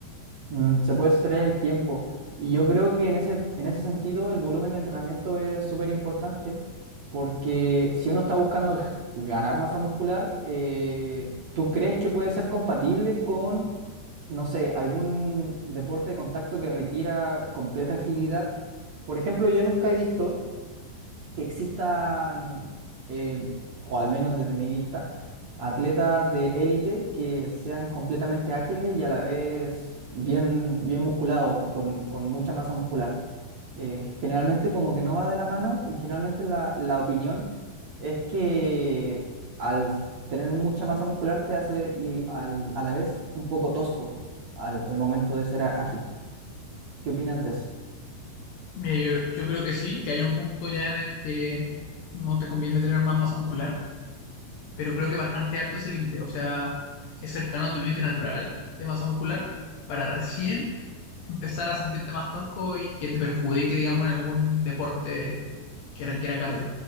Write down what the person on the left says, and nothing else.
Mira, yo, yo creo que sí, que hay un punto ya en el que no te conviene tener más masa muscular, pero creo que bastante alto es el límite, o sea, es cercano a tu límite natural de masa muscular para recién empezar a sentirte más tosco y que te perjudique, digamos, en algún deporte que requiera cardio.